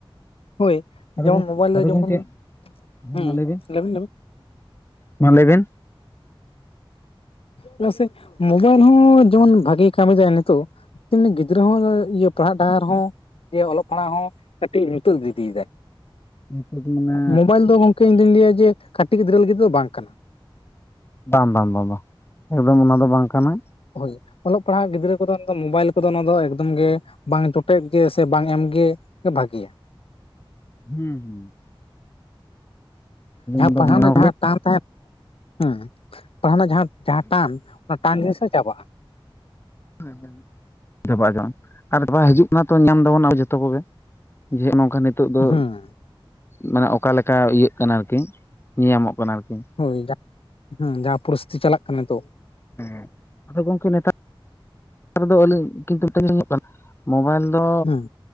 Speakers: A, on the left; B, on the left.
A: ᱦᱳᱭ
B: ᱟᱫᱚ
A: ᱡᱮᱢᱚᱱ ᱢᱳᱵᱟᱭᱤᱞ ᱫᱚ
B: ᱟᱫᱚ
A: ᱡᱮᱢᱚᱱ
B: ᱜᱚᱝᱠᱮ
A: ᱦᱩ
B: ᱢᱟ ᱞᱟᱹᱭ ᱵᱤᱱ
A: ᱞᱟᱵᱤᱫ ᱞᱟᱵᱤᱫ
B: ᱢᱟ ᱞᱟᱹᱭᱵᱤᱱ
A: ᱪᱮᱫᱟᱜ ᱥᱮ ᱢᱳᱵᱟᱭᱤᱞ ᱦᱚᱸ ᱡᱮᱢᱚᱱ ᱵᱷᱟᱜᱤᱭ ᱠᱟᱹᱢᱤ ᱫᱟ ᱱᱤᱛᱚᱜ ᱜᱤᱫᱽᱨᱟᱹ ᱦᱚᱸ ᱤᱭᱟᱹ ᱯᱟᱲᱦᱟᱜ ᱰᱟᱦᱟᱨ ᱦᱚᱸ ᱡᱮ ᱚᱞᱚᱜ ᱯᱟᱲᱦᱟᱜ ᱦᱚᱸ ᱠᱟᱹᱴᱤᱡ ᱧᱩᱛᱟᱛ ᱤᱫᱤᱭᱮᱫᱟᱭ
B: ᱱᱤᱛᱚᱜ ᱢᱟᱱᱮ
A: ᱢᱳᱵᱟᱭᱤᱞ ᱫᱚ ᱜᱚᱝᱠᱮ ᱤᱧᱫᱩᱧ ᱞᱟᱹᱭ ᱟ ᱡᱮ ᱠᱟᱹᱴᱤᱡ ᱜᱤᱫᱽᱨᱟᱹ ᱞᱟᱹᱜᱤᱫ ᱫᱚ ᱵᱟᱝ ᱠᱟᱱᱟ
B: ᱵᱟᱝ ᱵᱟᱝ ᱵᱟᱝ ᱵᱟᱝ ᱮᱠᱫᱚᱢ ᱚᱱᱟ ᱫᱚ ᱵᱟᱝ ᱠᱟᱱᱟ
A: ᱦᱳᱭ ᱚᱞᱚᱜ ᱯᱟᱲᱦᱟᱜ ᱜᱤᱫᱽᱨᱟᱹ ᱠᱚᱫᱚ ᱢᱳᱵᱟᱭᱤᱞ ᱠᱚᱫᱚ ᱱᱚᱶᱟ ᱫᱚ ᱮᱠᱫᱚᱢ ᱜᱮ ᱵᱟᱝ ᱴᱩᱚᱴᱮᱫ ᱜᱮ ᱥᱮ ᱵᱟᱝ ᱮᱢᱜᱮ ᱵᱷᱟᱜᱮᱭᱟ
B: ᱦᱩᱸ ᱦᱩᱸ
A: ᱡᱟᱦᱟᱸ
B: ᱮᱠᱫᱚᱢ
A: ᱯᱟᱲᱦᱟᱣ ᱨᱮᱱᱟᱜ
B: ᱫᱚ
A: ᱡᱟᱦᱟᱸ ᱴᱟᱱ ᱛᱟᱦᱮᱸ ᱦᱮᱸ ᱯᱟᱲᱦᱟᱣ ᱨᱮᱱᱟᱜ ᱡᱟᱦᱟᱸ ᱡᱟᱦᱟᱸ ᱴᱟᱱ <unintelligible> ᱡᱤᱱᱤᱥ ᱦᱚᱸ ᱪᱟᱵᱟᱜᱼᱟ᱾
B: <unintelligible> ᱵᱟᱭ ᱡᱚᱝ ᱟᱨ <unintelligible> ᱦᱤᱡᱩᱜ ᱠᱟᱱᱟ ᱛᱚ ᱧᱟᱢ ᱫᱟᱵᱚᱱᱟ ᱟᱵᱚ ᱡᱚᱛᱚ ᱠᱚᱜᱮ ᱡᱮᱜ ᱱᱚᱝᱠᱟ ᱱᱤᱛ ᱱᱤᱛᱚᱜ ᱫᱚ
A: ᱦᱮᱸ
B: ᱢᱟᱱᱮ ᱚᱠᱟ ᱞᱮᱠᱟ ᱤᱭᱟᱹᱜ ᱠᱟᱱᱟ ᱟᱨᱠᱤ ᱧᱮᱧᱟᱢᱚᱜ ᱠᱟᱱᱟ ᱠᱤᱱ?
A: ᱦᱳᱭ ᱦᱮᱸ ᱡᱟᱦᱟᱸ ᱯᱚᱨᱤᱥᱛᱷᱤᱛᱤ ᱪᱟᱞᱟᱜ ᱠᱟᱱᱟ ᱱᱤᱛᱚᱜ
B: ᱦᱮᱸ ᱟᱫᱚ ᱜᱚᱝᱠᱮ ᱱᱮᱛᱟ ᱱᱮᱛᱟᱨ ᱫᱚ ᱟᱹᱞᱤᱧ ᱠᱤᱱᱛᱩ ᱢᱤᱫ ᱴᱤᱡ ᱠᱟᱱᱟ ᱢᱳᱵᱟᱭᱤᱞ ᱫᱚ
A: ᱦᱮᱸ